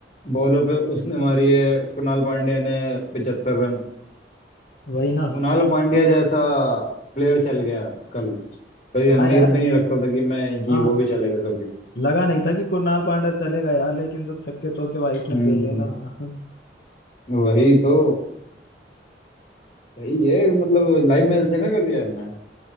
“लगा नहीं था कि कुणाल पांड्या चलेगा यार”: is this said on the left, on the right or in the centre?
Left